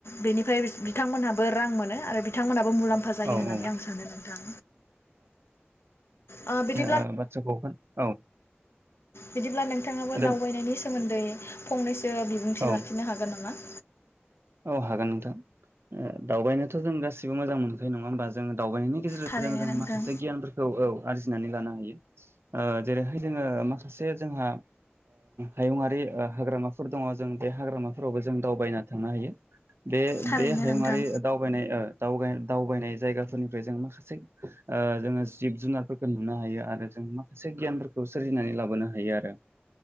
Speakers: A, on the left (about 85°); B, on the right (about 85°).
A: बेनिफ्राय बिथांमोनहाबो रां मोनो आरो बिथांमोनाबो मुलाम्फा जायो
B: औ
A: होननानै
B: औ
A: आं सानो नोंथां ओ बिदि
B: आ बाथ्राखौ खोना <inaudible> औ
A: बिदिब्ला नों नोंथाङाबो
B: आदा
A: दावबायनायनि सोमोन्दै नै फंनैसो बिबुंथि
B: औ
A: लाखिनो हागोन नामा?
B: औ हागोन नोंथां दावबायनोथ जों गासिबो मोजां मोनखायो नङा होमबा जों दावबायनायनि गेजेरजों
A: थारैनो
B: जों
A: नोंथां
B: माखासे गियानफोरखौ औ आरजिनानै लानो हायो ओ जेरैहाय जोङो माखासे जोंहा हायुङारि हाग्रामाफोर दङ जों बे हाग्रामाफोरावबो जों दावबायना थांनो हायो बे
A: थारैनो
B: बे हायुङारि
A: नोंथां
B: दावबायनाय ओ दावग दावबायनाय जायगाफोरनिफ्राय जों माखासे जोङो जिब जुनारफोरखौ नुनो हायो आरो जों माखासे गियानफोरखौ सोरजिनानै लाबोनो हायो आरो